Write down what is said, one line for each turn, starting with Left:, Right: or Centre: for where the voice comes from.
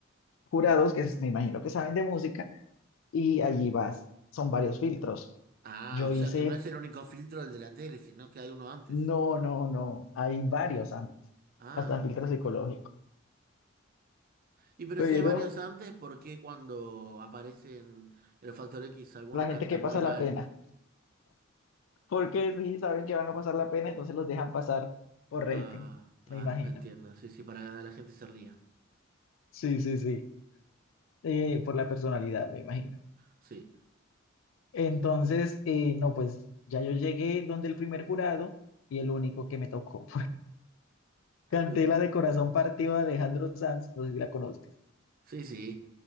Left: jurados que me imagino que saben de música y allí vas, son varios filtros.
Right: Ah,
Left: Yo
Right: o
Left: hice,
Right: sea que no es el único filtro el de la tele, sino que hay uno antes.
Left: no, no, no, hay varios antes,
Right: Ah.
Left: hasta filtro psicológico,
Right: Y pero
Left: pero
Right: si hay varios antes, ¿por qué cuando aparecen en los Factor X algunos
Left: la gente
Right: cantan
Left: que pasa
Right: muy mal?
Left: la pena, porque si saben que van a pasar la pena, entonces los dejan pasar por rating,
Right: Ah, ah,
Left: me imagino.
Right: entiendo. Sí, sí, para que la gente se ría.
Left: Sí, sí, sí, Eh, por la personalidad, me imagino.
Right: Sí.
Left: Entonces, eh, no, pues ya yo llegué donde el primer jurado y el único que me tocó, <laughs> pues canté
Right: Ju.
Left: la de Corazón Partido de Alejandro Sanz, no sé si la conozco.
Right: Sí, sí.